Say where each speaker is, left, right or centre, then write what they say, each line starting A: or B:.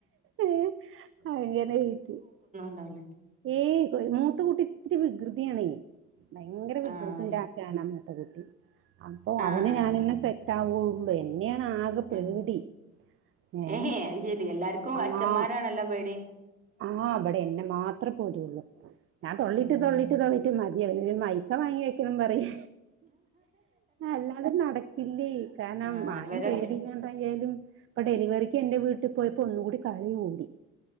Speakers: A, on the right; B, on the right.
A: ഏഹ് അങ്ങനെ ആയിട്ട്
B: ള്ളതല്ലേ
A: ഏയ് ഒര് മൂത്ത കുട്ടി ഇത്തിരി വികൃതിയണേ ഭയങ്കരം വികൃതിന്റെ
B: ആഹ് അത് ശരി
A: ആശനാ മൂത്ത കുട്ടി അപ്പൊ
B: ആഹ്
A: അവന്
B: ആഹ്
A: ഞാനന്നെ
B: ആഹ്
A: സെ റ്റാവുള്ളൂ എന്നെയാണ് ആ പേടി
B: ഉം
A: ഏഹ്
B: ഏഹേ അത് ശരി എല്ലാർക്കും
A: ആഹ്
B: അച്ഛന്മാരാണല്ലോ പേടി
A: ആഹ് ഇബടെ എന്നെ മാത്രേ പേടിള്ളു ഞാൻ തൊള്ളിട്ട്
B: ഉം
A: തൊള്ളി ട്ട് തൊള്ളിട്ട് മതിയായി ഏഹ് ഒരു മൈക്ക വാങ്ങി വെക്കണം പറയെ അല്ലാട നടക്കില്ലേ കാരണം
B: ആഹ്
A: ആരേം
B: ഇവരൊക്കെ
A: പേടില്ലാണ്ടായാലും ഇപ്പം ഡെലിവറിക്ക് എന്റെ വീട്ട് പോയപ്പോ ഒന്നുകൂടി കളി കൂടി